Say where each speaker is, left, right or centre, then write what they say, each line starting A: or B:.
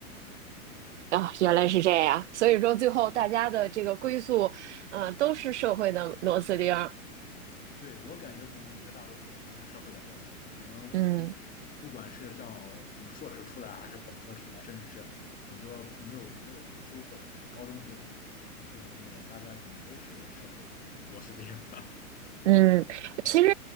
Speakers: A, on the right; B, on the left.
A: 啊，原来是这样，所以说最后大家的这个归宿，嗯、都是社会的螺丝钉儿
B: 对，我感觉可能绝大多数人都是社会的螺丝钉。可能嗯不管是像硕士出来，
A: 嗯
B: 还是本科出来，甚至是很多没有没有读书，或者是高中就出来工作，大家可能都是社会中的螺丝钉。<laughs>
A: 嗯，其实